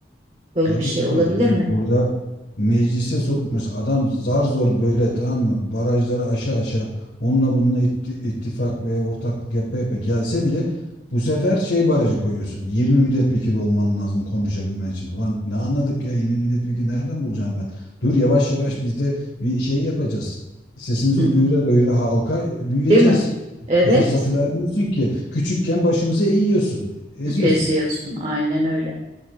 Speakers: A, on the right; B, on the left.
A: Böyle
B: Tabii
A: bir şey
B: tabii
A: olabilir
B: yani
A: mi?
B: burada meclise sokmuyorsun. Adam zar zor böyle tamam mı? Barajları aşağı aşağı onunla bununla itti- ittifak veya ortaklık yapa yapa gelse bile bu sefer şey barajı koyuyorsun. 20 milletvekili olman lazım konuşabilmen için. Ulan ne anladık ya 20 milletvekili nereden bulacağım ben? Dur yavaş yavaş biz de bir şey yapacağız. Sesimizi
A: <laughs>
B: duyura duyura halka e, büyüyeceğiz.
A: Değil mi? Evet,
B: O fırsatı vermiyorsun ki. Küçükken başımızı eğiyorsun, eziyorsun.
A: eziyorsun. Aynen öyle.